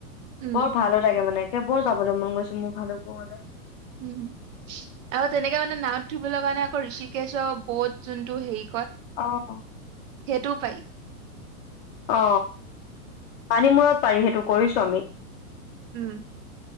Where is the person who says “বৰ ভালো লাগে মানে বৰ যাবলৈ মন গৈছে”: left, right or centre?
Left